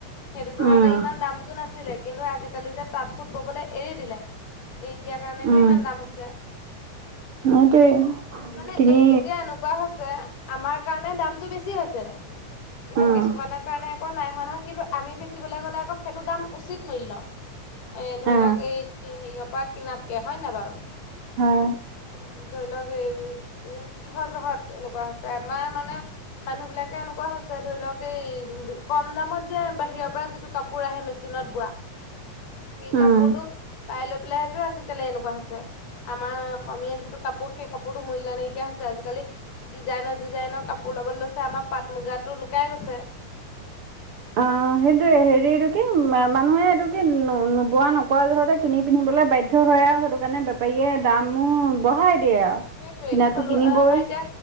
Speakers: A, on the left; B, on the right.
A: সেইটো জহাতে
B: উম
A: ইমান দামতটো নাছিলে, কিন্তু আজিকালি যে তাঁত সুত ববলৈ এৰি দিলে এৰি দিয়াৰ কাৰণেটো
B: উম
A: ইমান দাম হৈছে।
B: সেইটোৱে
A: মানে
B: কিনি
A: এ-এতিয়া এনেকুৱা হৈছে আমাৰ কাৰণে দামটো বেছি হৈছে কিন্তু
B: উম
A: কিছুমানৰ কাৰণে আকৌ নাই হোৱা নহয়, কিন্তু আমি বেচিবলৈ গ'লে আকৌ সেইটো দাম উচিত মূল্য, এ ধৰি
B: অ
A: লওক এই হেৰিয়ৰ পৰা কিনা কে হয় নাই বাৰু।
B: হয়
A: অটো ধৰি লওক এ কি-কিহৰ জহত এনেকুৱা হৈছে? আমাৰ মানে মানুহ বিলাকে এনেকুৱা হৈছে ধৰি লওঁক এই, কম দামত যে বাহিৰৰ পৰা যিটো কাপোৰ আহে মেচিনত বোৱা, সেই
B: উম
A: কাপোৰটো পাই লৈ পেলাইহেতো আজিকালি এনেকুৱা হৈছে। আমাৰ অসমীয়া যিটো কাপোৰ সেই কাপোৰতো মূল্য নাইকিয়া হৈছে, আজিকালি ডিজাইনৰ ডিজাইনৰ কাপোৰ ওলাবলৈ লৈছে আমাৰ পাট মুগাতো লুকাই গৈছে।
B: অ', সেইটোৱে হেৰি এইটো কি ম-মা নুহে এইটোকি নো-নোবোৱা নকৰা যহতে কিনি পিন্ধিবলৈ বাধ্য হয় আৰু সেইটো কাৰণে বেপ বেপাৰীয়ে
A: অ
B: দামো বঢ়াই দিয়ে আৰু।
A: সেইটোৱে
B: কিনাটো
A: থলুৱা
B: কিনিবই
A: আমাৰ এতিয়া,